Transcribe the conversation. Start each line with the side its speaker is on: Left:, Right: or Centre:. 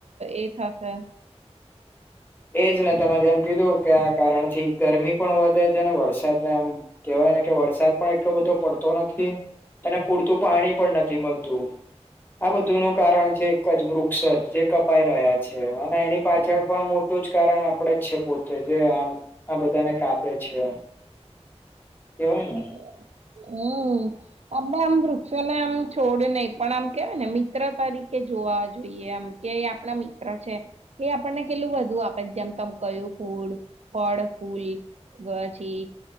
Right: એ થશે
Left: એજ ને તમે જેમ કીધું કે આ કારણ થી ગરમી પણ વધે છે ને વરસાદને એમ કેવાય ને કે વરસાદ પણ એટલો બધો પડતો નથી અને પૂરતું પાણી પણ નથી મળતું આ બધું નું કારણ છે એક જ વૃક્ષ જ જે કપાઈ રહ્યા છે અને એની પાછળ પણ એટલું જ કારણ આપણેે જ છે પોતે જે આ આ બધાને કાપે છે કેવાય ને
Right: <inaudible> અમે આમ વૃક્ષોને આમ છોડ નહી પણ આમ કેવાય ને મિત્ર તરીકે જોવા જોઈએ આમ કે આપણા છે એ આપણને કેટલું બધું આપે જેમ તમ કયું ફૂડ ફળ ફૂલ ગ ચી